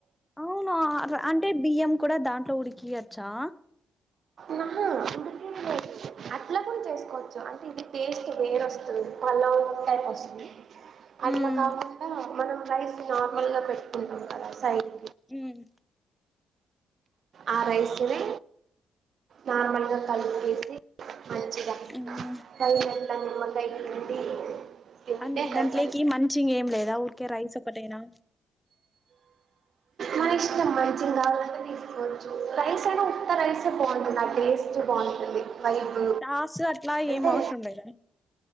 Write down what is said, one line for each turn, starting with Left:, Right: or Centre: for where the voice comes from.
Centre: అవును అంటే బియ్యం కూడా దాంట్లో ఉడికియచ్చా
Right: నా అందుకే అట్లా కూడా చేసుకోవచ్చు అంటే ఇది టేస్ట్ వేరు వస్తుంది పలావ్ టైప్ వస్తది అట్లా
Centre: ఉమ్
Right: కాకుండా మనం రైస్ కి నార్మల్ గా పెట్టుకుంటాం కదా సాైత
Centre: ఉమ్
Right: ఆ రైస్ని నార్మల్గా కలిపేసి మంచిగా
Centre: ఉమ్
Right: హరి అం నిమ్మకాయ్ పిండి తింటే
Centre: అంటే
Right: హెవెన్
Centre: దాంట్లోకి మంచి ఏం లేదా ఊరికే రైస్ ఒకటైనా
Right: మనిష్టం మించిం కావలంటే కొంచెం రైస్ అయినా ఉత్త రైసే బాగుంటుంది ఆ టేస్ట్ బాగుంటుంది వైబ్
Centre: సాస్ అట్లా
Right: అంటే
Centre: ఏం అవసరం లేదు